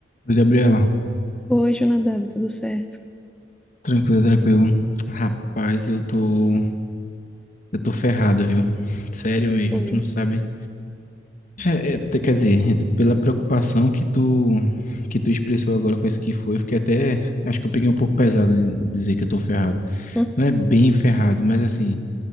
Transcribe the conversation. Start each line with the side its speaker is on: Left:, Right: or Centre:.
Left: Oi, Gabriela.
Centre: Oi, Jonadab, tudo certo? O
Left: Tranquilo, tranquilo. Rapaz, eu tô, eu tô ferrado, viu? Sério
Centre: Que foi?
Left: mesmo, tu não sabe. É, é, te- quer dizer, pela preocupação que tu, que tu expressou agora com isso que foi, eu fiquei até, acho que eu peguei um pouco pesado em dizer que eu tô ferrado.
Centre: Hum,
Left: Não é bem ferrado, mas assim,